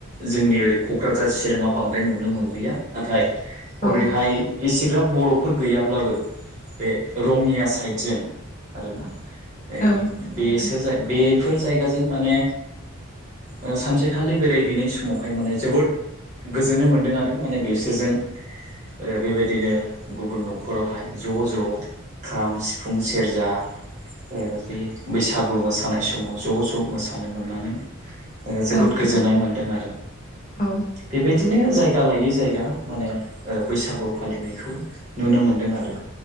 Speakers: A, on the right; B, on the left.
A: जोंनि ओरै क'क्राझार चिराङाव बांद्राय नुनो मोनलिया नाथाय
B: औ
A: ओरैहाय इसेग्राब बर'फोर गैयाब्लाबो बे रङिया साइडजों आरोना ओ
B: औ नंगौ
A: बेसो
B: नोंथां
A: जा बेफोर जायगाजों माने ओ सानसेखालि बेरायहैनाय समावहाय माने जोबोद गोजोननाय मोन्दों आरो माने बिसोरजों ओ बेबायदिनो गुबुन न'खरावहाय ज' ज' खाम सि फुं सेरजा ओ बे बैसागु मोसानाय समाव ज' ज' मोसानो मोननानै ओ जोबोद
B: औ नंगौ
A: गोजोननाय
B: नोंथां
A: मोन्दों आरो
B: औ
A: बेबायदि दिनो जायगा लायै जायगा माने ओ बैसागु फालिनायखौ नुनो मोनदों आरो